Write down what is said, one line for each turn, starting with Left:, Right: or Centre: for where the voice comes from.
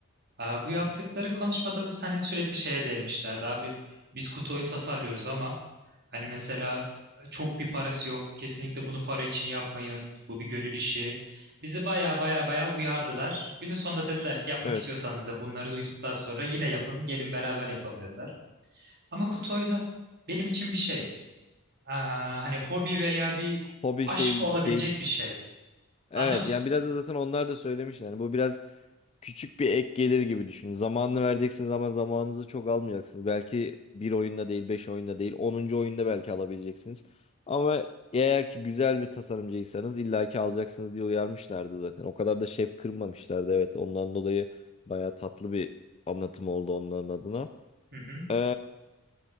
Right: Aa, bu yaptıkları konuşmada hani sürekli şeye değmişlerdi abi. Biz kutu oyun tasarlıyoruz ama Hani mesela e, çok bir parası yok. Kesinlikle bunu para için yapmayın. Bu bir gönül işi. Bizi baya baya baya uyardılar. Günün sonunda dediler ki yapmak
Left: Evet.
Right: istiyorsanız da bunları duyduktan sonra yine yapın. Gelin beraber yapalım dediler. Ama kutu oyunu benim için bir şey. Aa, hani hobi veya bir
Left: Hobi
Right: aşk
Left: şey
Right: olabilecek
Left: değil.
Right: bir şey.
Left: Evet
Right: Anlıyor musun?
Left: yani biraz da zaten onlar da söylemişler. Yani bu biraz küçük bir ek gelir gibi düşünün. Zamanını vereceksiniz ama zamanınızı çok almayacaksınız. Belki bir oyunda değil, beş oyunda değil, onuncu oyunda belki alabileceksiniz. Ama eğer ki güzel bir tasarımcıysanız illaki alacaksınız diye uyarmışlardı zaten. O kadar da şef kırmamışlardı. Evet ondan dolayı baya tatlı bir anlatım oldu onların adına.
Right: Hı hı.
Left: Ee,